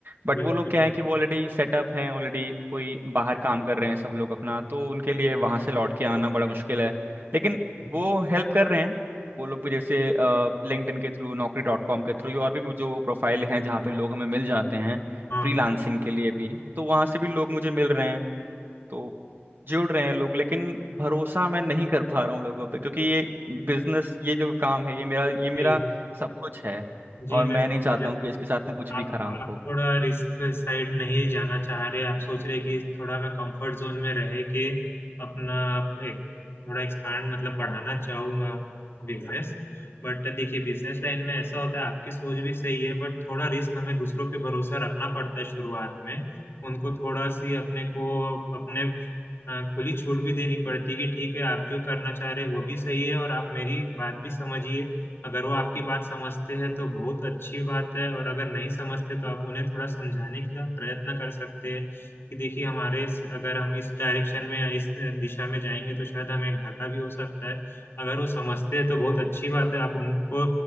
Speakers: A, on the right (about 50°); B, on the left (about 65°).
A: बट
B: बिल्कुल
A: वो लोग क्या है कि वो ऑलरेडी सेटअप है ऑलरेडी कोई बाहर काम कर रहे हैं सब लोग अपना तो उनके लिए वहाँ से लौट के आना बड़ा मुश्किल है लेकिन
B: बिल्कुल
A: वो
B: जी
A: हेल्प कर रहे हैं वो लोग भी जैसे लिंक्डइन के थ्रू नौकरी डॉट कॉम के थ्रू और भी जो प्रोफाइल हैं जहाँ पे लोग हमें मिल जाते हैं
B: हाँ
A: फ्रीलांसिंग
B: हाँ
A: के लिए भी तो वहाँ से भी लोग मुझे मिल रहे हैं तो जुड़ रहे हैं लोग लेकिन भरोसा मैं नहीं कर पा रहा हूँ लोगों पे क्योंकि ये बिजनेस ये जो काम है ये मेरा ये मेरा
B: जी
A: सब कुछ है
B: जी
A: और मैं
B: मैं समझ
A: नहीं चाहता हूँ कि इसके साथ में कुछ भी
B: आप
A: खराब
B: आप
A: हो
B: थोड़ा रिस्क साइड नहीं जाना चाह रहे आप सोच रहे कि थोड़ा मैं कंफर्ट जोन में रह के अपना एक थोड़ा एक्सपांड मतलब बढ़ाना चाहूंगा बिजनेस बट देखिए बिजनेस लाइन में ऐसा होता है आपकी सोच भी सही है बट थोड़ा रिस्क हमें दूसरों पे भरोसा रखना पड़ता है शुरुआत में उनको थोड़ा सी अपने को अपने अ, खुली छूट भी देनी पड़ती है कि ठीक है आप जो करना चाह रहे हैं वो भी सही है और आप मेरी बात भी समझिए अगर वो आपकी बात समझते हैं तो बहुत अच्छी बात है और अगर नहीं समझते तो आप उन्हें थोड़ा समझाने का प्रयत्न कर सकते हैं कि देखिए हमारे इस- अगर हम इस डायरेक्शन में या इस दिशा में जाएंगे तो शायद हमें घाटा भी हो सकता है अगर वो समझते हैं तो बहुत अच्छी बात है आप उनको